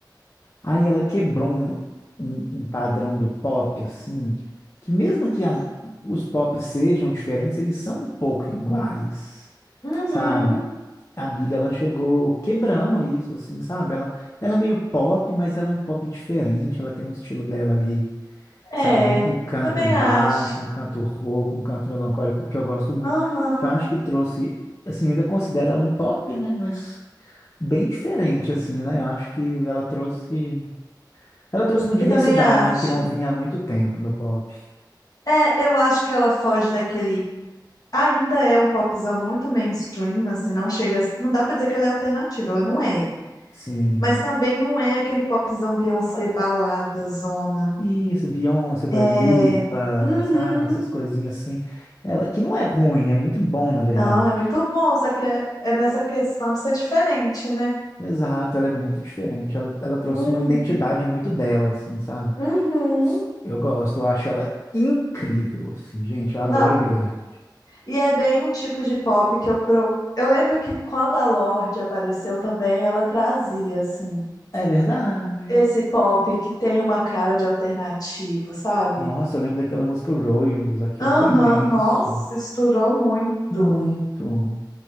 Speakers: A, on the left; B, on the left.
A: Aí ela quebrou um, um- um padrão do pop, assim, que mesmo que as- os pop sejam diferentes, eles são um pouco iguais,
B: Uhum.
A: sabe? A Billie, ela chegou quebrando isso, assim, sabe? Ela, ela é meio pop, mas ela é um pop diferente, ela tem um estilo dela ali,
B: É,
A: sabe? Um, um canto
B: também
A: baixo,
B: acho.
A: um canto rouco, um canto melancólico, que eu gosto muito,
B: Aham.
A: que eu acho que trouxe, assim, eu ainda considero ela um pop, né? Mas bem diferente, assim, né? Eu acho que ela trouxe. Ela trouxe uma diversidade
B: Eu também acho.
A: que não vinha há muito tempo no pop.
B: É, eu acho que ela foge daquele Ainda é um popzão muito mainstream, assim, não chega, a- não dá pra dizer que ela é alternativa, ela não é.
A: Sim.
B: Mas também não é aquele popzão Beyoncé balada zona.
A: Isso, Beyoncé, Dua
B: É,
A: Lipa,
B: uhum.
A: sabe? Essas coisinhas assim. Ela, que não é ruim, é muito bom, na verdade.
B: Não, é muito bom, só que é, é nessa questão de ser diferente, né?
A: Exato, ela é muito diferente. Ela, ela trouxe
B: Uhum.
A: uma identidade muito dela, assim, sabe?
B: Uhum.
A: Eu gosto, eu acho ela incrível, assim, gente. Eu adoro
B: Não,
A: Billie Eilish.
B: e é bem um tipo de pop que eu pro... Eu lembro que quando a Lorde apareceu também, ela trazia assim
A: É verdade.
B: esse pop que tem uma cara de alternativo, sabe?
A: Nossa, eu lembro daquela música Royals, aquilo
B: Aham,
A: foi imenso.
B: Nossa, estourou muito.
A: Muito.